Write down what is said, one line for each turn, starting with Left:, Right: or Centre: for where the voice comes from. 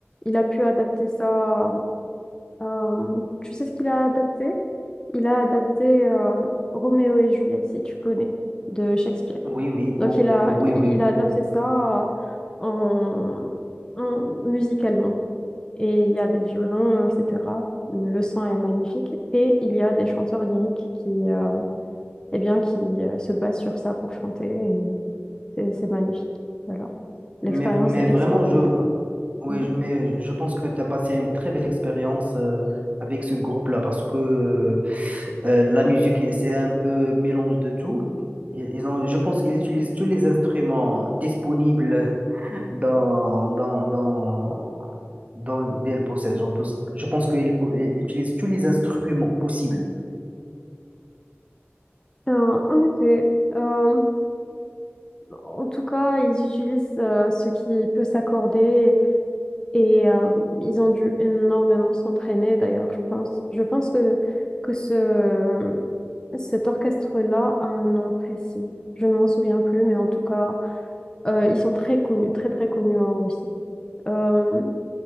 Left: il a pu adapter ça Euh, tu sais ce qu'il a adapté? Il a adapté euh, Roméo et Juliette, si tu connais, de Shakespeare.
Right: Oui, oui,
Left: Donc
Right: ou-
Left: il a,
Right: oui,
Left: il,
Right: oui,
Left: il
Right: oui.
Left: a adapté ça euh, en, en- musicalement. Et il y a des violons, etc. Le son est magnifique. Et il y a des chanteurs lyriques qui, euh, eh bien, qui euh, se basent sur ça pour chanter. Et c'est c'est magnifique. Voilà. L'expérience
Right: Mais, mais
Left: est
Right: vraiment,
Left: extraordinaire.
Right: je, oui,
Left: Mhm.
Right: mais je pense que tu as passé une très belle expérience euh, avec ce groupe-là parce que Euh, la musique, c'est un peu mélange de tout. Ils ils ont, je pense qu'ils utilisent tous les instruments disponibles <laughs> dans, dans, dans, dans DL Process. Je pense, je pense qu'ils pou- ils utilisent tous les instruments possibles.
Left: Euh, en effet, euh, En tout cas, ils utilisent euh, ce qui peut s'accorder et euh, ils ont dû énormément s'entraîner. D'ailleurs, je pense, je pense que, que ce, cet orchestre-là a un nom précis. Je ne m'en souviens plus, mais en tout cas, euh, ils sont très connus, très très connus en Russie. Euh,